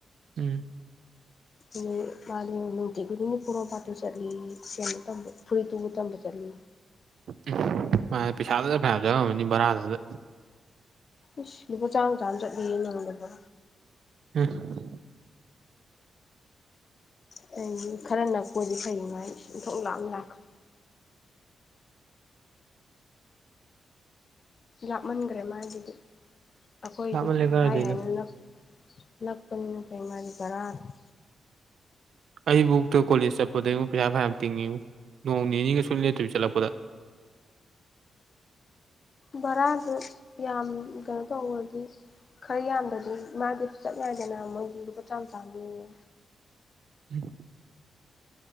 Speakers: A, on the right; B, on the left.
A: ꯎꯝ꯫
B: ꯑ ꯃꯥꯅꯦ ꯅꯨꯡꯇꯤ ꯈꯨꯗꯤꯡꯒꯤ ꯄꯣꯔꯣꯝꯄꯥꯥꯠꯇꯨ ꯆꯠꯂꯤ ꯁꯦꯝꯅ ꯇꯝꯕ ꯐꯨꯔꯤꯠꯇꯨꯕꯨ ꯇꯝꯕ ꯆꯠꯂꯤ
A: ꯎꯝ ꯃꯥꯅꯦ ꯄꯩꯁꯥꯗꯨꯗ ꯐꯌꯥꯝ ꯆꯪꯉꯝꯃꯅꯤ ꯕꯔꯥꯗꯨꯗ
B: ꯏꯁ ꯂꯨꯄꯥ ꯆꯝꯃꯥ ꯆꯝꯃꯥ ꯆꯠꯂꯦꯌꯦ ꯅꫭꯡꯃꯗ ꯕ꯭ꯔꯥ
A: ꯑꯦ
B: ꯇꯥꯏꯝꯃꯤꯡ ꯈꯔ ꯅꯛꯄ ꯑꫭꯏꯗꯤ ꯐꯩ ꯗꯨꯃꯥꯏ ꯏꯟꯊꯣꯛꯅ ꯂꯥꯞꯅ ꯂꯥꯛꯈ꯭ꯔꯦ ꯂꯥꯞꯃꯟꯈ꯭ꯔꯦ ꯃꯥꯒꯤꯗꯤ ꯑꯩꯈꯣꯏꯗꯤ
A: ꯂꯥꯞꯃꯜꯂꯦ ꯀꯥꯏꯗꯩꯅꯣ
B: ꯍꯥꯏ ꯍꯥꯏꯅ ꯅꯥꯛ ꯅꯥꯛꯄꯅꯤꯅ ꯐꯩ ꯃꯥꯗꯤ ꯕꯔꯥꯗꫭ
A: ꯑꯩꯕꯨꯛꯇ ꯀꯣꯂꯦꯖ ꯆꯠꯄꯗ ꯌꯦꯡꯉꯨ ꯄꯩꯁꯥ ꯐꯅꯌꯥꯝ ꯇꯤꯡꯉꯤꯕꯨ ꯅꯣꯡ ꯅꯤꯅꯤꯒ ꯁꯨꯂꯦꯞ ꯂꯦꯞꯇꯥꯕꯤ ꯆꯠꯂꯛꯄꯗ
B: ꯕꯔꯥꯗꯨ ꯌꯥꯝ ꯀꯩꯅꯣ ꯇꯧꯔꯗꯤ ꯈꯔ ꯌꯥꯝꯗ꯭ꯔꯥꯗꯤ ꯃꯥꯥꯗꯤ ꯆꯞ ꯌꯥꯗꯦꯅ ꯃꯣꯏꯗꯤ ꯂꯨꯄꯥ ꯆꯥꯝꯃ ꯆꯥꯝꯃꯅꯦ
A: ꯎꯝ <unintelligible>